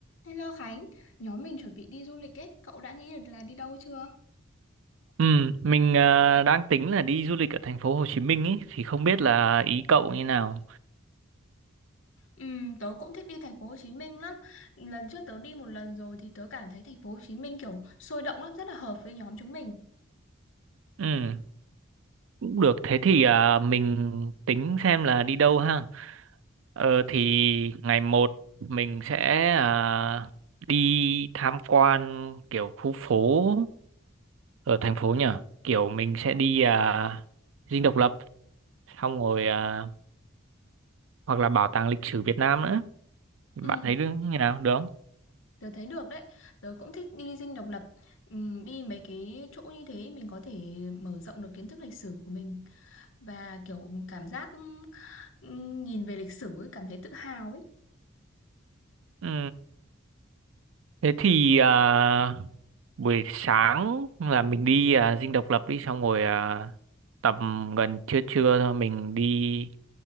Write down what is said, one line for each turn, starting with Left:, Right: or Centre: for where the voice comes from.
Left: Hello Khánh, nhóm mình chuẩn bị đi du lịch ấy, cậu đã nghĩ được là đi đâu chưa?
Right: Ừ, mình ờ, đang tính là đi du lịch ở thành phố Hồ Chí Minh ấy thì không biết là ý cậu như nào.
Left: Ừ, tớ cũng thích đi thành phố Hồ Chí Minh lắm. Lần trước tớ đi một lần rồi thì tớ cảm thấy thành phố Hồ Chí Minh kiểu sôi động lắm, rất là hợp với nhóm chúng mình.
Right: Ừ, cũng được. Thế thì ờ, mình tính xem là đi đâu ha. Ờ thì ngày một mình sẽ ờ, đi tham quan kiểu khu phố ở thành phố nhỉ. Kiểu mình sẽ đi ờ, Dinh Độc Lập xong rồi ờ, hoặc là Bảo tàng lịch sử Việt Nam nữa. Bạn
Left: Ừ,
Right: thấy được như nào được không?
Left: tớ thấy được đấy. Tớ cũng thích đi Dinh Độc Lập. Ừ, đi mấy cái chỗ như thế mình có thể mở rộng được kiến thức lịch sử của mình và kiểu cảm giác ừ, nhìn về lịch sử ấy, cảm thấy tự hào ấy.
Right: Ừ. Thế thì à, buổi sáng là mình đi à, dinh độc lập đi xong rồi à, tầm gần trưa trưa thôi mình đi